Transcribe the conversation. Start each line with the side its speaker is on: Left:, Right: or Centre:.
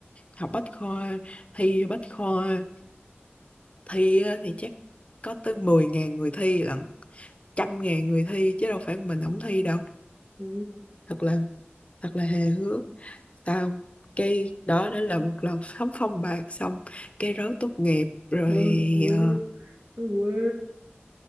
Left: học bách khoa thi bách khoa thi á, thì chắc có tới mười ngàn người thi lận trăm ngàn người thi chứ đâu phải mình không thi đâu
Right: ừ.
Left: thật là thật là hề hước sao cái đó đó là một lần sóng phong bạc xong cái rớt tốt nghiệp rồi
Right: trời ơi
Left: ờ,
Right: nó nó quê